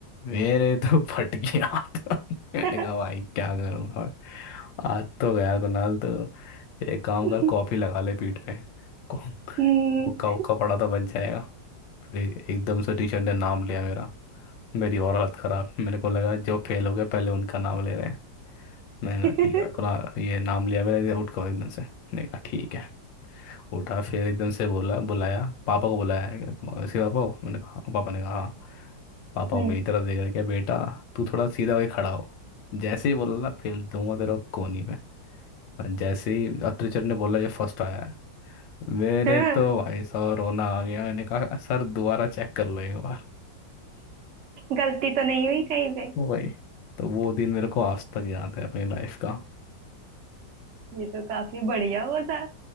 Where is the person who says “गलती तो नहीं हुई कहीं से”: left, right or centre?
Right